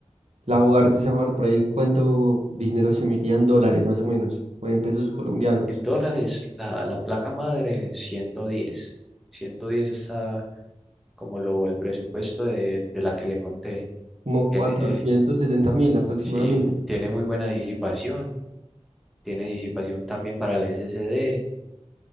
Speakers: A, on the right; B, in the centre.
A: la board de esa board por ahí, ¿cuánto dinero se me iría en dólares más o menos? O en pesos colombianos.
B: En dólares, la, la placa madre ciento diez, ciento diez está como lo, el presupuesto de, de la que le conté.
A: como
B: Tiene,
A: 470 mil aproximadamente.
B: sí, tiene muy buena disipación tiene disipación también para el SSD,